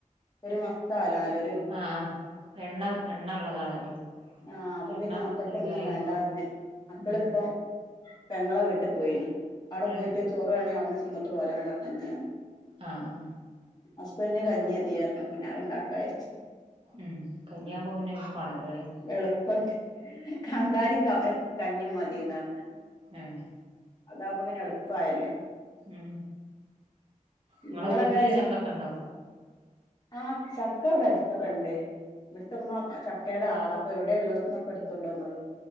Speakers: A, on the left; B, on the right.
A: ഒരു മത്താവൽ ആണല്ലോ
B: ആഹ് എണ്ണ ഉള്ളതാണല്ലോ
A: ആഹ് അപ്പോ
B: എണ്ണ
A: പിന്നെ മക്കൾക്ക്
B: അധികായാല്
A: ഒന്നും വേണ്ടാർഞ്ഞ് മക്കളിപ്പോ
B: ഉം
A: പെങ്ങളെ വീട്ടി പോയിന് അവിടെ
B: ഏഹ്
A: പോയിട്ട് ചോറ് വേണേ അവിടുന്ന് ചിന്നിട്ട് പോരാൻ പറഞ്ഞ് ഞാൻ
B: ആഹ് ആഹ്.
A: ഹസ്ബൻഡ്ന് കഞ്ഞി മതീ പറഞ്ഞു പിന്ന അത് ഉണ്ടാക്കാ വിയാരിച്ചു.
B: ഉം കഞ്ഞിയാവുമ്പോം പിന്നെ എളപ്പാണല്ലോ അല്ലെ?
A: എളുപ്പിണ്ട് കാന്താരീം കൗ എ കഞ്ഞീം മതിന്നാ പറഞ്ഞെ.
B: ഏഹ്.
A: അതാപ്പ പിന്നെ എളുപ്പായല്ലോ.
B: ഉം ഇങ്ങളെ
A: നിങ്ങളങ്ങനെ
B: വീട്ടില് ചക്കക്ക ഉണ്ടോ?
A: ആഹ് ചക്ക ഇവിടെ അടുത്തൊക്ക ഇണ്ടേ ഇവിടുത്തമ്മ ച ക്കേട ആളാ അപ്പോ ഇവിടെ ഇള്ളടത്തുന്നൊക്കെ എടുത്തോണ്ട് വന്നോളും.